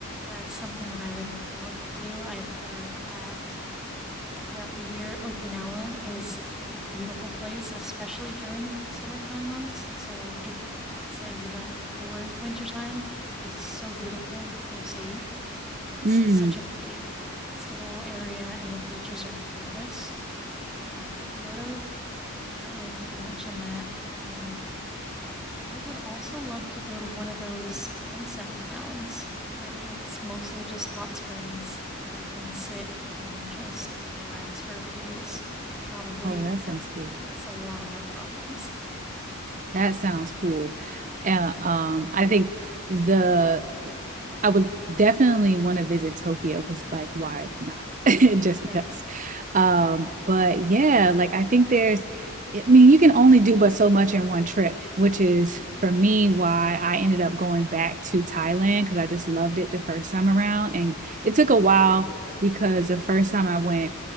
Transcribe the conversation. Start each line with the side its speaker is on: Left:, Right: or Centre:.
Centre: that's something that I would love to do. I've heard that. throughout the year. Okinawa is a beautiful place, especially during the summertime months. So if let's say you went before wintertime, that would be so beautiful to go see. It's
Right: mm.
Centre: such a big festival area and the beaches are gorgeous. Uh, Kyoto, definitely. You mentioned that. Um, I would also love to go to one of those onsen towns where it's mostly just hot springs where I can sit and just relax for a few days. It would probably
Right: Oh, that sounds cool.
Centre: fix a lot of my problems.
Right: That sounds cool. Uh, um, I think the I would definitely want to visit Tokyo because, like, why not? <laughs> Just
Centre: Yeah.
Right: because. Um, but yeah, like, I think there's, I mean, you can only do but so much in one trip, which is for me why I ended up going back to Thailand because I just loved it the first time around. And
Centre: Mhm.
Right: it took a while because the first time I went,